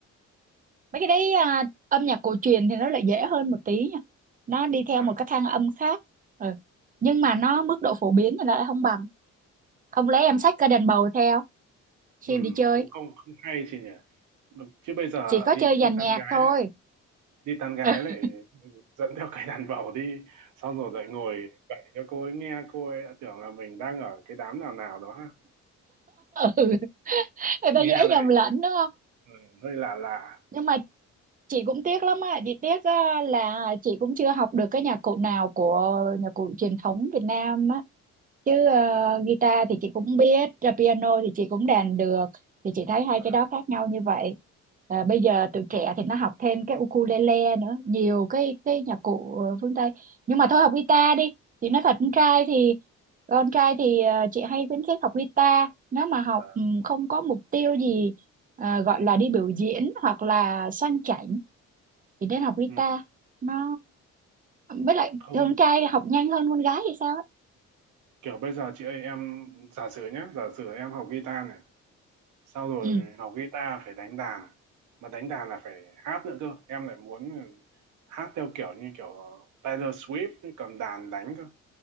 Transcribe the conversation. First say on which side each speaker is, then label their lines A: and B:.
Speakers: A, on the right (about 30°); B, on the right (about 75°).
A: mấy cái đấy à, âm nhạc cổ truyền thì nó lại dễ hơn một tí nha nó đi theo
B: À,
A: một cái thang âm khác ừ. nhưng mà nó mức độ phổ biến thì nó lại không bằng không lẽ em xách cái đàn bầu theo khi
B: ừm,
A: đi chơi
B: cũng không không hay chị nhỉ. Vâng, Chứ bây giờ
A: chỉ có
B: đi
A: chơi dàn
B: đi tán
A: nhạc
B: gái
A: thôi
B: đấy, đi tán gái
A: <laughs>
B: lại ừ, dẫn theo cái đàn bầu đi, xong rồi lại ngồi kể cho cô ấy nghe, cô ấy đã tưởng là mình đang ở cái đám nào nào đó ha.
A: ừ. người
B: Nghe
A: ta dễ
B: lại
A: nhầm lẫn đúng không
B: ừ, hơi lạ lạ
A: nhưng mà chị cũng tiếc lắm á chị tiếc á, là chị cũng chưa học được cái nhạc cụ nào của nhạc cụ truyền thống Việt Nam á chứ ờ, guitar thì chị cũng biết ra piano thì chị cũng đàn được thì chị thấy hai
B: và,
A: cái đó khác nhau như vậy Ờ, bây giờ tụi trẻ thì nó học thêm cái ukulele nữa nhiều cái cái nhạc cụ ờ, phương Tây nhưng mà thôi học guitar đi thì nói thật con trai thì con trai thì ờ, chị hay khuyến khích học guitar nếu mà học
B: và
A: ừ, không có mục tiêu gì ờ, gọi là đi biểu diễn hoặc là sang chảnh thì nên học guitar
B: ừ,
A: nó với lại
B: không
A: thường con trai học nhanh hơn con gái thì sao ấy.
B: kiểu bây giờ chị ơi em giả sử nhé giả sử em học guitar này sau rồi
A: Ừ.
B: học guitar phải đánh đàn mà đánh đàn là phải hát nữa cơ em lại muốn hát theo kiểu như kiểu Taylor Swift ấy, cầm đàn đánh cơ